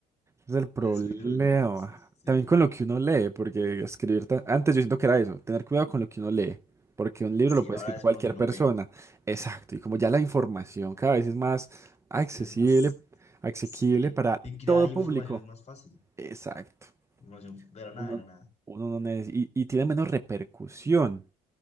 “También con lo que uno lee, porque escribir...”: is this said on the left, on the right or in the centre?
Right